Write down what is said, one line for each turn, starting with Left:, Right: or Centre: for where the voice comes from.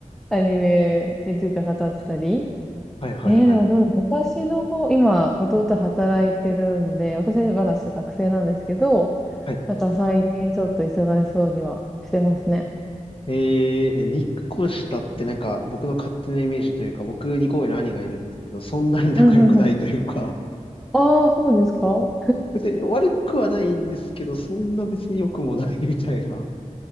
Centre: アニメについて語ったり。
Left: はいはいはい。
Centre: えー、でもどうだ私の方、今、弟働いてるんで、私はまだ学生なんですけど、
Left: はい
Centre: だから最近ちょっと忙しそうにはしてますね。
Left: えー、え日光下ってなんか僕の勝手なイメージというか、僕2個上の兄がいるんですけど、そんなに仲良くないというか、
Centre: うんうんうん。ああ、そうですか
Left: <laughs> 別に悪くはないんですけど、そんな別に良くもないみたいな。